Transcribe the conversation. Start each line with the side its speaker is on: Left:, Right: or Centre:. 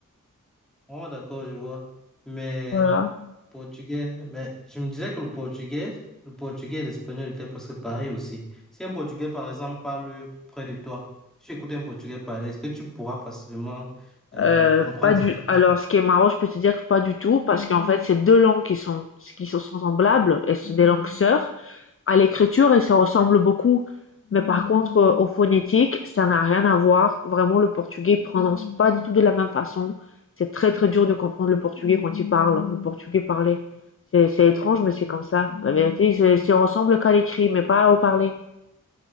Centre: Oh, d'accord, je vois. Mais
Left: Voilà.
Centre: portugais, mais je me disais que le portugais, le portugais et l'espagnol étaient presque pareils aussi. Si un portugais, par exemple, parle près de toi, si tu écoutes un portugais parler, est-ce que tu pourras facilement euh,
Left: Euh,
Centre: comprendre
Left: pas du.
Centre: ce qu'il dit?
Left: Alors, ce qui est marrant, je peux te dire que pas du tout, parce qu'en fait, c'est deux langues qui sont qui sont semblables. Elles sont des langues sœurs. à l'écriture, ils se ressemblent beaucoup. Mais par contre, euh, au phonétique, ça n'a rien à voir. Vraiment, le portugais prononce pas du tout de la même façon. C'est très, très dur de comprendre le portugais quand il parle, le portugais parlé. C'est, étrange, mais c'est comme ça. La vérité, ils se, se ressemblent qu'à l'écrit, mais pas au parler.